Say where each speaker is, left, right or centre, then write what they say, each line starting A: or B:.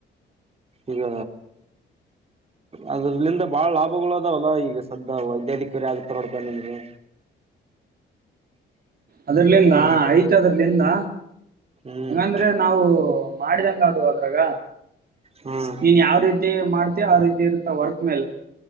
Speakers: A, on the right (about 30°); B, on the right (about 50°).
A: ಈಗ ಅದ್ರಲಿಂದ ಬಾಳ ಲಾಭಗಳು ಅದಾವಲ್ಲ ಈಗ ಸದ್ದ ವೈದ್ಯಾಧಿಕಾರಿ ಆಗ ತರೋಡ್ತ ನಿಮ್ಗೆ.
B: ಅದರ್ಲಿಂದ
A: ಹ್ಮ
B: ಆಯ್ತ ಅದರ್ಲಿಂದ.
A: ಹ್ಮ್
B: ಹೆಂಗಂದ್ರೆ ನಾವು ಮಾಡಿದಂಗ ಅದು ಅದ್ರಾಗ.
A: ಹ್ಮ್
B: ನೀನ್ ಯಾವ ರೀತಿ ಮಾಡ್ತೀಯ ಆ ರೀತಿ ಇರ್ತ ವರ್ಕ್ ಮೇಲೆ